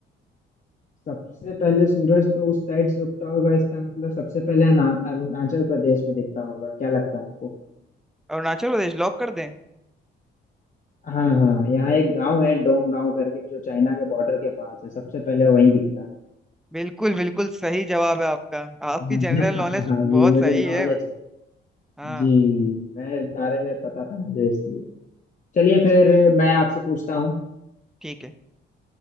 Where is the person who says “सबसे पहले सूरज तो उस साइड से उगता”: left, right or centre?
Left